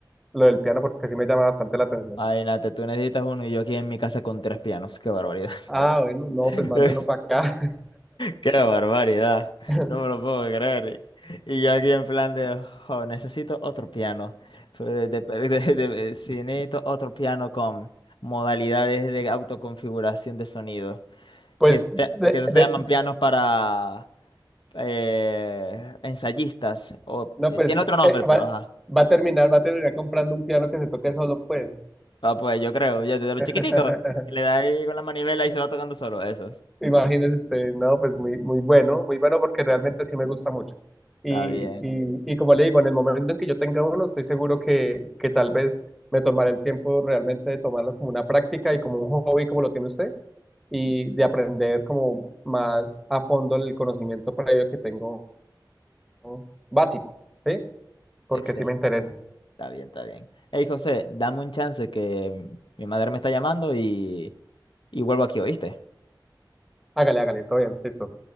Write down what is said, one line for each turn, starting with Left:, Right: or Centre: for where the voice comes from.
Centre: lo del piano porque sí me llama bastante la atención.
Left: Imagínate, tú necesitas uno y yo aquí en mi casa con tres pianos. Qué barbaridad.
Centre: Ah, bueno, no,
Left: <laughs>
Centre: pues mándelo para acá.
Left: Qué barbaridad.
Centre: <laughs>
Left: No me lo puedo creer. Y yo aquí en plan de, "Jo, necesito otro piano. Fue de- de- de- de- sí, necesito otro piano con modalidades de autoconfiguración de sonido.
Centre: Pues
Left: Que se,
Centre: de,
Left: que se
Centre: de
Left: llaman pianos para eh, ensayistas. O,
Centre: No,
Left: eh,
Centre: pues
Left: tiene otro nombre,
Centre: eh,
Left: pero
Centre: va,
Left: ajá.
Centre: va a terminar, va a terminar comprando un piano que se toque solo, pues.
Left: Ah, pues yo creo, ya desde los
Centre: <laughs>
Left: chiquiticos. que Le da ahí con la manivela y se va tocando solo. Eso.
Centre: Imagínese usted, no, pues muy, muy bueno, muy bueno porque realmente sí me gusta mucho.
Left: Está
Centre: Y,
Left: bien.
Centre: y, y como le digo, en el momento en que yo tenga uno, estoy seguro que, que tal vez me tomaré el tiempo realmente de tomarlo como una práctica y como un hobby, como lo tiene usted, y de aprender como más a fondo el conocimiento previo que tengo ¿no? básico, ¿sí? Porque
Left: Excel.
Centre: sí me interesa.
Left: Está bien, está bien. Hey, José, dame un chance que mm, mi madre me está llamando y, y vuelvo aquí, ¿oíste?
Centre: Hágale, hágale, todo bien, listo.